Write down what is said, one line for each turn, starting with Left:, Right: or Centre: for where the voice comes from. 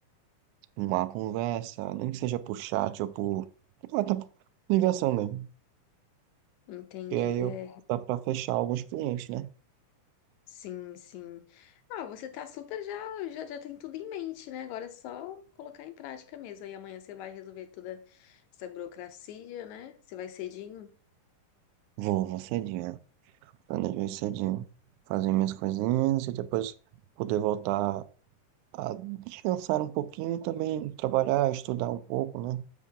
Right: uma conversa, nem que seja por chat ou por. ou Até por ligação mesmo.
Left: entendi,
Right: E aí eu
Left: é.
Right: dá pra fechar alguns clientes, né?
Left: Sim, sim. Ah, você tá super já, já, já tem tudo em mente, né? Agora é só colocar em prática mesmo. Aí amanhã você vai resolver toda essa burocracia, né? Você vai cedinho?
Right: Vou, vou cedinho. Planejo ir cedinho. Fazer minhas coisinhas e depois poder voltar a descansar um pouquinho e também trabalhar, estudar um pouco, né?